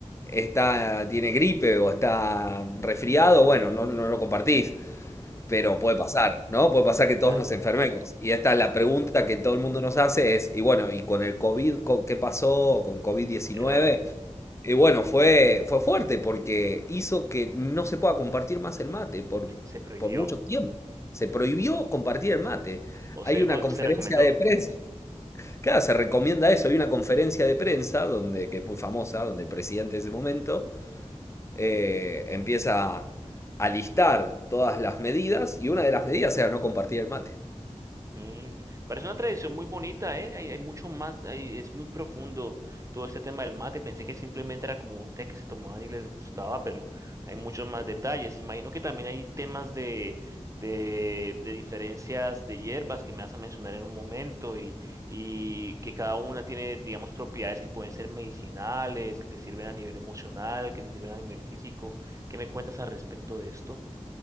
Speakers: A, on the left; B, on the right.
A: está, tiene gripe o está resfriado, bueno, no, no lo compartís. Pero puede pasar, ¿no? Puede pasar que todos
B: claro.
A: nos enfermemos. Y esta es la pregunta que todo el mundo nos hace es, y bueno, ¿y con el COVID, co- qué pasó con covid diecinueve
B: Eh,
A: Y bueno, fue, fue fuerte porque hizo que no se pueda compartir más el mate por,
B: se prohibió
A: por mucho tiempo. Se prohibió compartir el mate.
B: o
A: Hay
B: se,
A: una
B: o
A: conferencia
B: se recomendó.
A: de prensa. Claro, se recomienda eso. Hay una conferencia de prensa donde, que es muy famosa, donde el presidente de ese momento eh, empieza a listar todas las medidas y una de las medidas era no compartir el mate.
B: Mm, parece una tradición muy bonita, ¿eh? Hay, hay mucho más, hay- es muy profundo todo este tema del mate. Pensé que simplemente era como un té que se tomaban y les gustaba, pero hay muchos más detalles. Imagino que también hay temas de, de, de diferencias de hierbas que me vas a mencionar en un momento y, y que cada una tiene, digamos, propiedades que pueden ser medicinales, que te sirven a nivel emocional, que te sirven a nivel físico. ¿Qué me cuentas al respecto de esto,